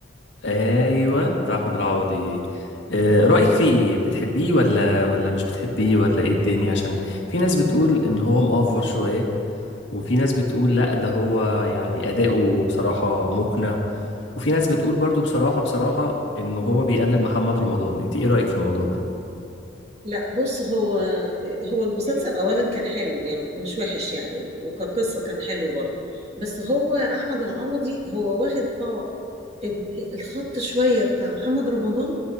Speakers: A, on the left; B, on the right.
A: ايوه بتاع احمد العوضي آه،
B: مم.
A: رايك فيه ايه بتحبيه ولا ولا مش بتحبيه ولا ايه الدنيا عشان في ناس بتقول ان هو مأفور شويه وفي ناس بتقول لا ده هو يعني اداؤه بصراحه مقنع وفي ناس بتقول برضو بصراحه بصراحه ان هو بيقلد محمد رمضان انت ايه رايك في الموضوع ده
B: لا بص هو هو المسلسل اولا كان حلو يعني مش وحش يعني وكقصة كان حلو برضه بس هو احمد العوضي هو واخد اه ال- الخط شوية بتاع محمد رمضان